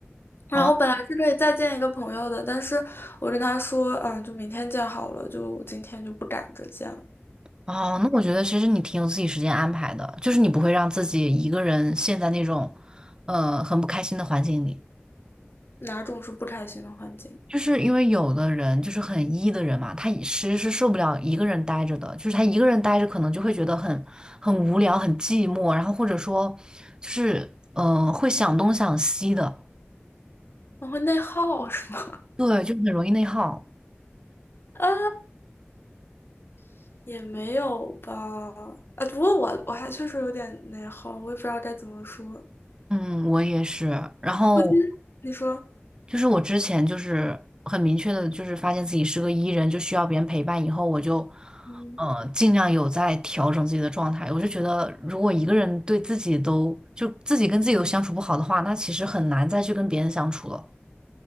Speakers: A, on the left; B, on the right.
A: 然后本来是可以再见一个朋友的，
B: 哦
A: 但是我跟他说，嗯，就明天见好了，就今天就不赶着见了。
B: 哦，那我觉得其实你挺有自己时间安排的，就是你不会让自己一个人陷在那种，呃，很不开心的环境里。
A: 哪种是不开心的环境？
B: 就是因为有的人就是很 E 的人嘛，他其实是受不了一个人待着的，就是他一个人待着可能就会觉得很很无聊、很寂寞，然后或者说就是嗯、呃会想东想西的，
A: 我会内耗是吗？
B: 对，就很容易内耗。
A: 啊 <laughs>，也没有吧。啊，不过我我还确实有点内耗，我也不知道该怎么说。
B: 嗯，我也是。然后
A: 我今天你说，
B: 就是我之前就是很明确的，就是发现自己是个 E 人，就需要别人陪伴。以后我就，
A: 嗯，
B: 呃，尽量有在调整自己的状态。我就觉得，如果一个人对自己都就自己跟自己都相处不好的话，那其实很难再去跟别人相处了。